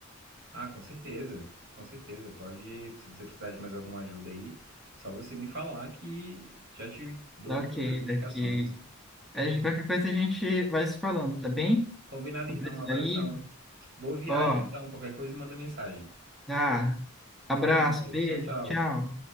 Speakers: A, on the right; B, in the centre.
A: Ah, com certeza, com certeza. Pode, se você precisar de mais alguma ajuda aí, só você me falar que já te dou
B: Tá
A: umas
B: ok,
A: outras indicações.
B: tá ok. Aí, de qualquer coisa a gente vai se falando, tá bem?
A: Combinado
B: Vou
A: então,
B: precisar
A: um abração.
B: ir.
A: Boa viagem
B: Ó,
A: então, qualquer coisa manda mensagem.
B: tá. Abraço,
A: Até mais,
B: beijo,
A: tchau, tchau.
B: tchau.